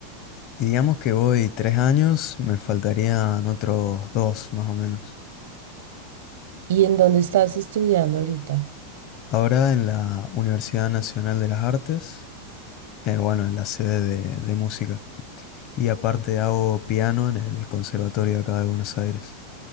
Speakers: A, on the left; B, on the right.
A: Y digamos que voy tres años, me faltarían otros dos más o menos.
B: ¿Y en dónde estás estudiando ahorita?
A: Ahora en la Universidad Nacional de las Artes, eh, bueno, en la sede de, de música. Y aparte hago piano en el conservatorio de acá de Buenos Aires.